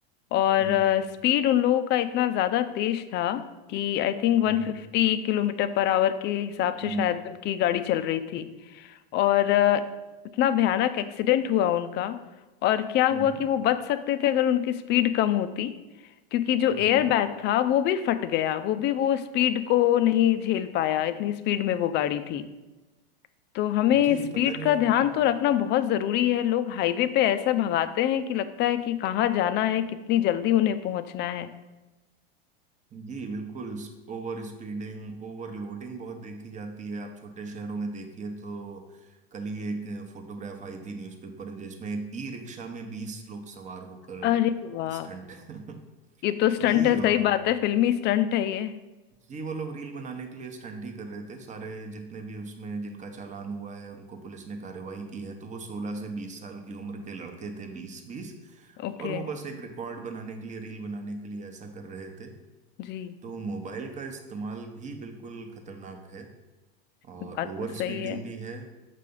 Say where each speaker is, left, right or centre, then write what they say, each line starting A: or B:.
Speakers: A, on the left; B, on the right.
A: और
B: हम्म
A: स्पीड उन लोगों का इतना ज़्यादा तेज था कि I think 150
B: हम्म हम्म
A: kilometre per hour के हिसाब
B: हम्म
A: से शायद उनकी गाड़ी चल रही थी और अ, इतना भयानक एक्सीडेंट हुआ उनका और क्या हुआ
B: हम्म हम्म हम्म,
A: कि
B: हम्म,
A: वो बच सकते थे अगर उनकी स्पीड कम होती क्योंकि जो
B: हम्म,
A: एयर
B: हम्म।
A: बैग था वो भी फट गया वो भी वो स्पीड को नहीं झेल पाया इतनी स्पीड में वो गाड़ी थी तो हमें
B: जी
A: स्पीड
B: पता नहीं
A: का ध्यान तो रखना बहुत जरूरी है लोग हाईवे पे ऐसा भगाते हैं कि लगता है कि कहाँ जाना है कितनी जल्दी उन्हें पहुंचना है
B: जी बिल्कुल ओवर स्पीडिंग ओवरलोडिंग बहुत देखी जाती है आप छोटे शहरों में देखिए तो कल ही एक फोटोग्राफ आई थी न्यूज़पेपर में जिसमें ई रिक्शा में बीस लोग सवार होकर
A: अरे वाह
B: स्टंट <laughs>
A: ये तो स्टंट
B: जी
A: है सही
B: और
A: बात है फिल्मी स्टंट है ये
B: जी वो लोग रील बनाने के लिए स्टंट ही कर रहे थे सारे जितने भी उसमें जिनका चालान हुआ है उनको पुलिस ने कार्रवाई की है तो वो सोलह से बीस साल की उम्र के लड़के थे बीस बीस
A: ओके
B: और वो बस एक रिकॉर्ड बनाने के लिए रील बनाने के लिए ऐसा कर रहे थे
A: जी
B: तो मोबाइल का इस्तेमाल भी बिल्कुल खतरनाक है और
A: बात
B: ओवर
A: तो सही
B: स्पीडिंग
A: है
B: भी है